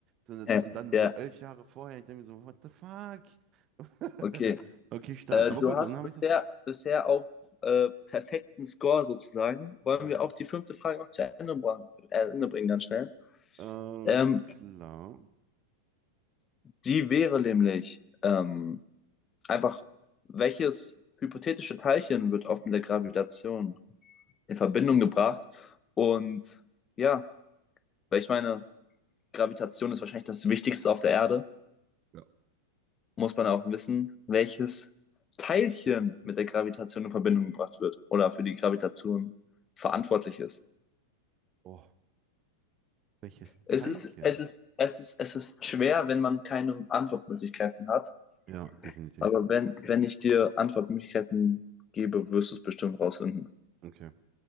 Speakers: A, on the right; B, on the left.
A: So, Und
B: <laughs>
A: dann
B: ja,
A: so elf Jahre vorher, ich denke mir so, what the fuck? <laughs>
B: okay.
A: Okay, stark.
B: Äh,
A: Aber
B: du
A: gut,
B: hast
A: dann habe
B: bisher,
A: ich das richtig.
B: bisher auch äh, perfekten Score sozusagen. Wollen
A: Mhm.
B: wir auch die fünfte Frage noch zu Ende, bringen? äh, Ende bringen, ganz schnell?
A: Ähm,
B: Ähm,
A: klar.
B: die wäre nämlich ähm, einfach, welches hypothetische Teilchen wird oft mit der Gravitation in Verbindung gebracht? Und ja, weil ich meine, Gravitation ist wahrscheinlich das Wichtigste auf der Erde.
A: Ja.
B: muss man auch wissen, welches Teilchen mit der Gravitation in Verbindung gebracht wird oder für die Gravitation verantwortlich ist.
A: Oh, welches
B: Es
A: Teilchen?
B: ist, es ist, es ist, es ist schwer, wenn man keine Antwortmöglichkeiten hat.
A: Ja, definitiv.
B: Aber wenn, wenn ich dir Antwortmöglichkeiten gebe, wirst du es bestimmt rausfinden.
A: Okay.